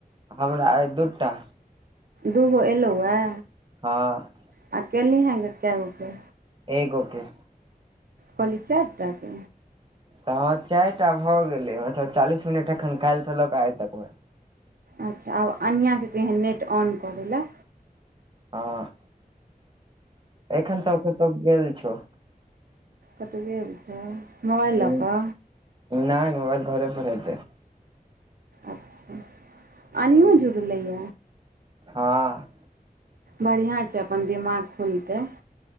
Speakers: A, on the right; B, on the right.
A: हमरा अइ दू टा
B: दूगो एयलहुँ हए
A: हँ
B: अ केलही ह कैगो के
A: एगो के
B: कहली चारि टा के
A: तऽ ह चारि टा भऽ गेलै मतलब चालीस मिनट एखन काल्हिसँ लऽक आय तक मे
B: अच्छा आब अनिआँके कैहन नेट ऑन को द‌एले
A: हँ एखन तऽ कतौ गेल छौ
B: कतौऽ गेल छै मोबाइल
A: ह
B: ल क
A: नहि मोबाइल घरे पर हेतै
B: अच्छा
A: हूँ,
B: आनिओ जुड़लैय
A: हँ
B: बढ़िया छै अपन दिमाग खुलतै